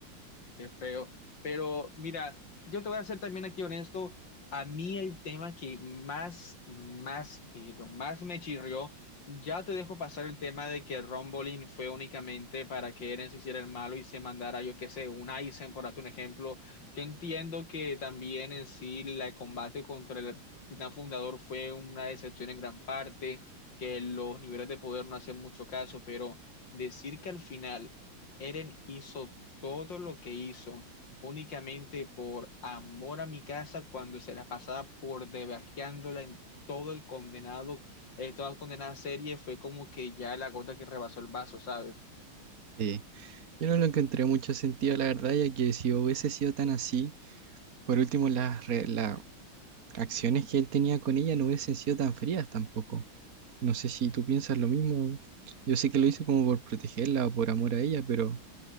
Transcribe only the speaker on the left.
Qué feo. Pero mira, yo te voy a ser también aquí honesto. A mí el tema que más, más, pero más me chirrió, ya te dejo pasar el tema de que Rumble fue únicamente para que Eren se hiciera el malo y se mandara, yo qué sé, un Aizen, por darte un ejemplo. Yo entiendo que también en sí el combate contra el Titán Fundador fue una decepción en gran parte, que los niveles de poder no hacen mucho caso, pero decir que al final... Eren hizo todo lo que hizo únicamente por amor a mi casa cuando se la pasaba por debajeándola en todo el condenado, eh, toda la condenada serie, fue como que ya la gota que rebasó el vaso, ¿sabes?